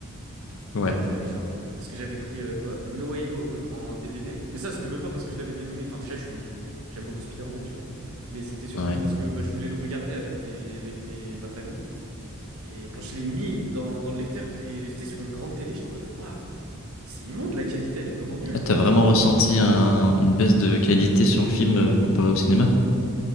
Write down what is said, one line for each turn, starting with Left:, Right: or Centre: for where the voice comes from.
Left: Ouais.
Right: J'avais genre. euh, parce que j'avais pris euh, quoi? No Way Home en DVD. Mais ça, c'était même pas parce que je l'avais bien aimé. Enfin, déjà, je suis. J'aime beaucoup Spider-Man, tu vois. Mais c'était surtout
Left: Ouais.
Right: parce que bah, je voulais le regarder avec des... avec mes... ma famille. Et quand je l'ai mis dans, dans le lecteur, et c'était sur une grande télé, j'étais en mode. Waouh, c'est immonde la qualité, elle est vraiment nulle.
Left: Ah, t'as vraiment ressenti un- une baisse de qualité sur le film euh, comparé au cinéma?